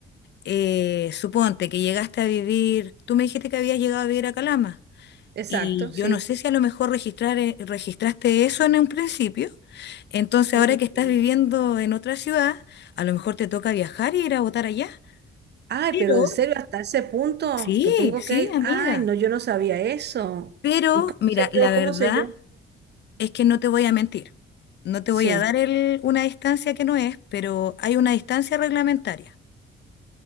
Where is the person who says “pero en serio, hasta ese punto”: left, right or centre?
Right